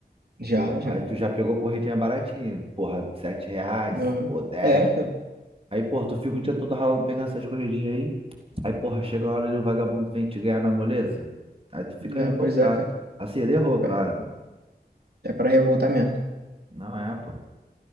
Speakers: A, on the right; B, on the right.
A: Já,
B: Pô,
A: já.
B: aí tu já pegou corridinha baratinha. Porra, sete reais,
A: Aham.
B: pô, dez.
A: É, cara.
B: Aí, porra, tu fica o dia todo ralando pegando essas corridinhas aí. Aí, porra, chega uma hora ali o vagabundo vem te ganhar na moleza. Aí tu fica
A: Né,
B: revoltado.
A: pois é, cara.
B: Assim, ele errou, claro,
A: É,
B: né?
A: é pra revoltar mesmo.
B: Não é, pô.